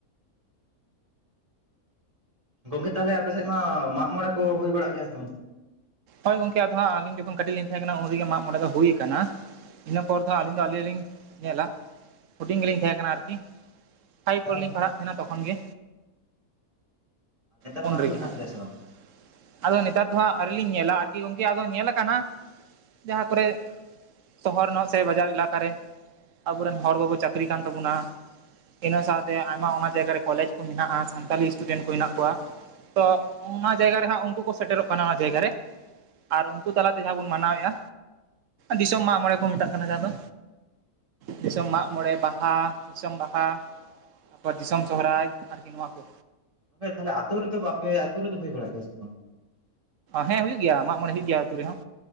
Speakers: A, on the right (about 25°); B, on the right (about 65°).
A: ᱜᱚᱝᱠᱮ ᱛᱟᱦᱚᱞᱮ ᱟᱯᱮᱥᱮᱫ ᱢᱟ ᱢᱟᱜ ᱢᱚᱬᱮ ᱠᱚ ᱦᱩᱭ ᱵᱟᱲᱟᱜ ᱜᱮᱭᱟ ᱥᱮ ᱵᱟᱝ?
B: ᱦᱳᱭ ᱜᱚᱝᱠᱮ ᱟᱫᱚ ᱦᱟᱸᱜ ᱟᱹᱞᱤᱧ ᱡᱚᱠᱷᱚᱱ ᱠᱟᱹᱴᱤᱡ ᱞᱤᱧ ᱛᱟᱦᱮᱸ ᱠᱟᱱᱟ ᱩᱱ ᱨᱮᱜᱮ ᱢᱟᱜ ᱢᱚᱬᱮ ᱫᱚ ᱦᱩᱭ ᱠᱟᱱᱟ᱾ ᱤᱱᱟᱹ ᱯᱚᱨ ᱫᱚ ᱟᱹᱞᱤᱧ ᱫᱚ ᱟᱹᱞᱤᱧ ᱞᱤᱧ ᱧᱮᱞᱟ ᱦᱩᱰᱤᱧ ᱜᱮᱞᱤᱧ ᱛᱟᱦᱮᱸ ᱠᱟᱱᱟ ᱟᱨᱠᱤ, ᱯᱷᱟᱭᱤᱵᱷ
A: ᱱᱮᱛᱟᱨ
B: ᱠᱚᱨᱮᱞᱤᱧ ᱯᱟᱲᱟᱜ ᱛᱟᱦᱮᱸᱱᱟ ᱛᱚᱠᱷᱚᱱ ᱜᱮ᱾
A: ᱱᱮᱛᱟᱨ
B: ᱩᱱ
A: ᱢᱟ
B: ᱨᱮᱜᱮ
A: ᱦᱩᱭᱩᱜ ᱠᱟᱱ
B: ᱦᱟᱸᱜ
A: ᱜᱮᱭᱟ ᱥᱮ ᱵᱟᱝ
B: <inaudible> ᱟᱫᱚ ᱱᱮᱛᱟᱨ ᱫᱚ ᱦᱟᱸᱜ ᱟᱹᱣᱨᱤ ᱞᱤᱧ ᱧᱮᱞᱟ ᱟᱨᱠᱤ ᱜᱚᱝᱠᱮ ᱟᱫᱚ ᱧᱮᱞᱟ ᱠᱟᱱᱟ, ᱡᱟᱦᱟᱸ ᱠᱚᱨᱮ ᱥᱚᱦᱚᱨ ᱱᱚᱜ ᱥᱮ ᱵᱟᱡᱟᱨ ᱮᱞᱟᱠᱟᱨᱮ ᱟᱵᱚᱨᱮᱱ ᱦᱚᱲ ᱠᱚᱠᱚ ᱪᱟᱹᱠᱨᱤ ᱠᱟᱱ ᱛᱟᱵᱚᱱᱟ, ᱤᱱᱟᱹ ᱥᱟᱶᱛᱮ ᱟᱭᱢᱟ ᱚᱱᱟ ᱡᱟᱭᱜᱟ ᱨᱮ ᱠᱚᱞᱮᱡᱽ ᱠᱚ ᱢᱮᱱᱟᱜᱼᱟ, ᱥᱟᱱᱛᱟᱞᱤ ᱥᱴᱩᱰᱮᱱᱴ ᱠᱚ ᱦᱮᱱᱟᱜ ᱠᱚᱣᱟ᱾ ᱛᱚ ᱚᱱᱟ ᱡᱟᱭᱜᱟ ᱨᱮ ᱦᱟᱸᱜ ᱩᱱᱠᱩ ᱠᱚ ᱥᱮᱴᱮᱨᱚᱜ ᱠᱟᱱᱟ ᱚᱱᱟ ᱡᱟᱭᱜᱟ ᱨᱮ, ᱟᱨ ᱩᱱᱠᱩ ᱛᱟᱞᱟᱛᱮ ᱡᱟᱦᱟᱸ ᱵᱚᱱ ᱢᱟᱱᱟᱣᱮᱫᱼᱟ ᱫᱤᱥᱚᱢ ᱢᱟᱜ ᱢᱚᱬᱮ ᱠᱚ ᱢᱮᱛᱟᱜ ᱠᱟᱱᱟ ᱡᱟᱦᱟᱸ ᱫᱚ, ᱫᱤᱥᱚᱢ ᱢᱟᱜ ᱢᱚᱬᱮ, ᱵᱟᱦᱟ, ᱫᱤᱥᱚᱢ ᱵᱟᱦᱟ᱾ ᱟᱵᱚᱣᱟᱜ ᱫᱤᱥᱚᱢ ᱥᱚᱦᱨᱟᱭ ᱟᱨᱠᱤ ᱱᱚᱣᱟ ᱠᱚ᱾
A: ᱜᱚᱝᱠᱮ ᱛᱟᱦᱚᱞᱮ ᱟᱹᱛᱩ ᱨᱮᱫᱚ ᱵᱟᱯᱮ ᱟᱹᱛᱩ ᱨᱮᱫᱚ ᱦᱩᱭ ᱵᱟᱲᱟᱜ ᱜᱮᱭᱟ ᱥᱮ ᱵᱟᱝ?
B: ᱦᱮᱸ ᱦᱩᱭᱩᱜ ᱜᱮᱭᱟ ᱢᱟᱜ ᱢᱚᱬᱮ ᱦᱩᱭᱩᱜ ᱜᱮᱭᱟ ᱟᱹᱛᱩ ᱨᱮᱦᱚᱸ᱾